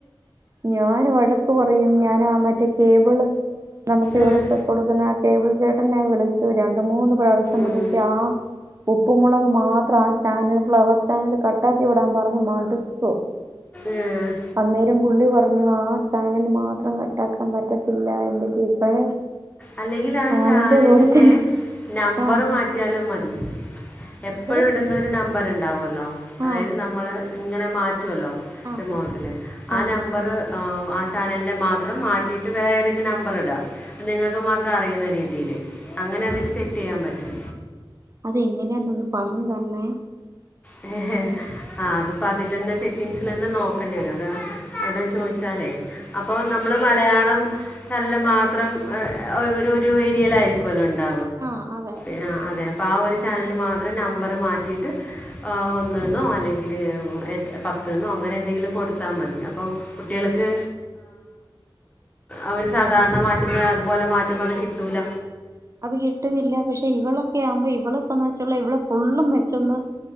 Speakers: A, on the right (about 35°); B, on the left (about 15°).
A: ഞാൻ വഴക്കു പറ പറയും ഞാനാ മറ്റേ കേബിള് നമുക്ക്
B: ഉം.
A: ഇവിടെ കൊടുക്കുന്ന ആ കേബിൾ ചേട്ടനെ വിളിച്ചു രണ്ടു, മൂന്ന് പ്രാവശ്യം
B: ഉം.
A: വിളിച്ചു ആ ഉപ്പു മുുളക് മാത്രം ചാനൽ ഫ്ലവർ ചാനല് കട്ടാക്കി വിടാൻ പറഞ്ഞു മടുത്തു,
B: ഉം.
A: അന്നേരം പുള്ളി പറഞ്ഞു ആ ചാനൽ മാത്രം കട്ടാക്കാൻ പറ്റത്തില്ല എന്റെ ടീച്ചറെ
B: അല്ലെങ്കിൽ ആ ചാനലിന്റെ
A: അതിന്റെ കൂടെ തന്നെ
B: നമ്പർ
A: ആഹ്
B: മാറ്റിയാലും മതി അ എപ്പോഴും
A: നമ്പര്
B: ഇടുന്നൊരു നമ്പ നമ്പർ ഉണ്ടാവും അല്ലോ അതായത്
A: ആഹ്
B: നമ്മള് ഇങ്ങനെ മാറ്റ പറ്റുവല്ലോ
A: ആഹ്
B: റിമോട്ടില ആ
A: ആഹ്
B: നമ്പറ് ആ, ചാനലിൻ്റെ മാത്രം മാറ്റിയിട്ട് വേറെ ഏതെങ്കിലും നമ്പർ ഇടുക. നിങ്ങ മാത്രം അറിയുന്ന രീതിൽ അങ്ങനെ അതിൽ സെറ്റ് ചെയ്യാൻ പറ്റും
A: അതെങ്ങനെയാന്ന് ഒന്ന് പറഞ്ഞു തന്നേ
B: <unintelligible> ആ, അതിപ്പോ അതിലന്നെ സെ സെറ്റിങ്ങ്സിൽ തന്നെ നോക്കേണ്ടി വരും അതാ, എവിടാന്ന് ചോദിച്ചാലേ അപ്പോൾ
A: ആഹ്
B: നമ്മൾ മലയാളം നല്ല മാത്രം ഒരു ഒരു ഏരിയയിലായിരിക്കുവല്ലോ, ഉണ്ട്
A: ആഹ് അതെ
B: <unintelligible> അപ്പം ആ ഒരു ചാനലിന് മാത്രം നമ്പർ മാറ്റിയിട്ട് ഒന്നെന്നോ അല്ലെങ്കിൽ പത്തന്നോ അങ്ങനെ എന്തെങ്കിലും കൊടുത്താൽ മതി, അപ്പോൾ കുട്ടികൾക്ക് അവര് സാധാരണ മാറ്റുമ്പം അതുപോലെ മാറ്റുമ്പം അത് കിട്ടൂല.
A: അത് കിട്ടുന്നില്ല, പക്ഷെ ഇവളൊക്കെ ആവുമ്പോ ഇവളെ സംബന്ധിച്ചോളം ഇവള് ഫുള്ളും വെച്ചൊന്ന്